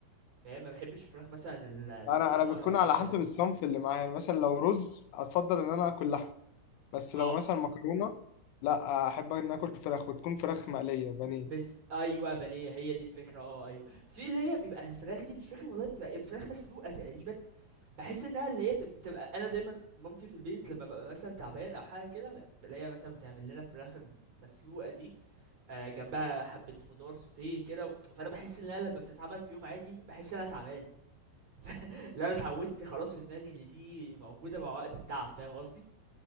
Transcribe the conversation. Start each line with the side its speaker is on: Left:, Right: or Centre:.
Right: فاهم ما بحبش الفراخ مثلا ال- المحمرة
Left: انا انا بتكون على
Right: او كده
Left: حسب الصنف اللي معايا يعني مثلا لو رز اتفضل ان انا اكل لحمه بس
Right: اه
Left: لو مثلا مكرونه لا احب ان اكل فراخ وتكون فراخ مقليه بانيه
Right: بز ايوه بانيه هي دي الفكره اه ايوه بس في اللي هي بيبقى الفراخ دي مش فاكر والله بتبقى إيه، فراخ مسلوقه تقريبا بحس انها اللي هي بتب- بتبقى انا دايما مامتي في البيت لما ببقى مثلا تعبان او حاجه كده بلاقيها مثلا بتعمل لنا فراخ مسلوقه دي آه، جنبها حبه خضار سوتيه كده و- فانا بحس ان انا لما بتتعمل في يوم عادي بحس ان انا تعبان <laughs> ف- لا انا اتعودت خلاص في دماغي ان دي موجوده مع وقت التعب فاهم قصدي